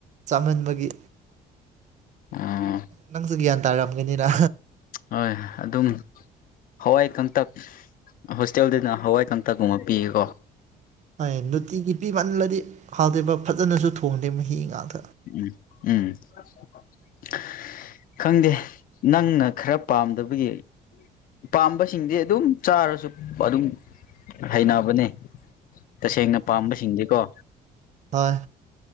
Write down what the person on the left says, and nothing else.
ꯎꯝ
ꯍꯣꯏ ꯑꯗꯨꯝ ꯍꯋꯥꯏ ꯀꯥꯡꯇꯛ ꯍꯣꯁꯇꯦꯜꯅꯤꯅ ꯍꯋꯥꯏ ꯀꯥꯡꯇꯛꯀꯨꯝꯕ ꯄꯤꯌꯦꯀꯣ
<unintelligible> ꯈꯪꯗꯦ ꯅꯪꯅ ꯈꯔ ꯄꯥꯝꯗꯕꯒꯤ ꯄꯥꯝꯕꯁꯤꯡꯗꯤ ꯑꯗꯨꯝ ꯆꯥꯔꯁꯨ ꯑꯗꯨꯝ ꯍꯩꯅꯕꯅꯦ ꯇꯁꯦꯡꯅ ꯄꯥꯝꯕꯁꯤꯡꯗꯤꯀꯣ